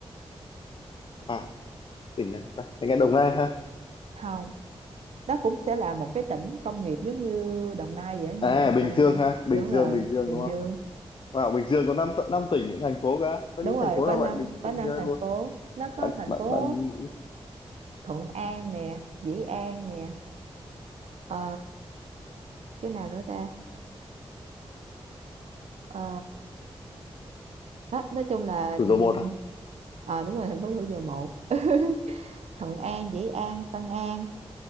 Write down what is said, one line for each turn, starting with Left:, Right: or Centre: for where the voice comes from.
Left: à tỉnh nào ta Tôi nghe Đồng Nai ha
Right: không đó cũng sẽ là một cái tỉnh công nghiệp giống như Đồng Nai vậy á, nhưng
Left: à
Right: mà không
Left: Bình
Right: phải Đồng
Left: Dương
Right: Nai
Left: ha Bình
Right: đúng
Left: Dương
Right: rồi
Left: Bình Dương
Right: Bình
Left: đúng
Right: Dương
Left: Wow, Bình Dương có năm tận năm tỉnh thành phố cả. Có
Right: đúng
Left: những
Right: rồi
Left: thành phố
Right: có
Left: nào
Right: năm
Left: vậy mình
Right: có
Left: không
Right: năm
Left: nhớ
Right: thành
Left: luôn.
Right: phố nó có
Left: Bạn
Right: thành
Left: bạn
Right: phố
Left: bạn
Right: Thuận An nè Dĩ An nè ờ, cái nào nữa ta ờ, đó, nói chung là
Left: thủ
Right: ừm,
Left: dầu một à?
Right: ờ đúng rồi thành phố Thủ Dầu Một <laughs> Thuận An Dĩ An Tân An